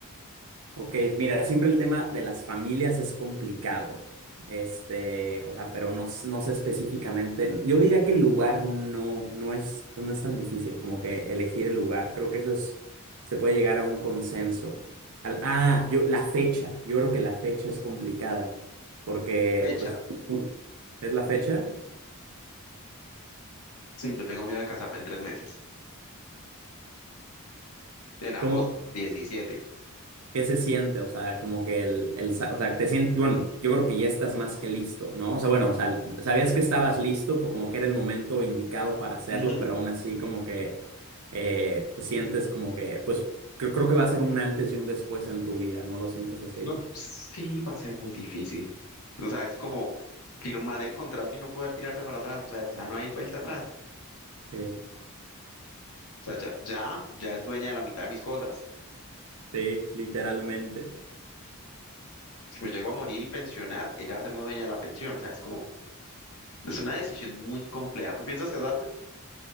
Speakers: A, on the right; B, on the left.
A: Ok, mira, siempre el tema de las familias es complicado. Este, o sea, pero no, s- no sé específicamente. Yo diría que el lugar no, no es, no es tan difícil como que elegir el lugar. Creo que eso es, se puede llegar a un consenso. Al- ah, yo, la fecha. Yo creo que la fecha es complicada. Porque,
B: Fecha.
A: pues, u- es la fecha.
B: Sí, yo tengo miedo de casarme en tres meses. En agosto,
A: ¿Cómo?
B: diecisiete
A: ¿Qué se siente? O sea, como que el, el, sa- o sea, te sientes, bueno, yo creo que ya estás más que listo, ¿no? O sea, bueno, o sea, sabías que estabas listo, pues como que era el momento indicado para hacerlo,
B: Ujú.
A: pero aún así como que eh, pues, sientes como que, pues creo, creo que va a ser un antes y un después en tu vida, ¿no lo sientes así?
B: No, sí, va a ser muy difícil. O sea, es como firmar el contrato y no poder tirarte para atrás. O sea, ya no hay vuelta atrás.
A: Sí,
B: O sea, ya, ya, ya es dueña de la mitad de mis cosas.
A: sí, literalmente.
B: Si me llego a morir y pensionar, ella va a ser la dueña de la pensión. O sea, es como, es una decisión muy compleja. ¿Tú piensas casarte?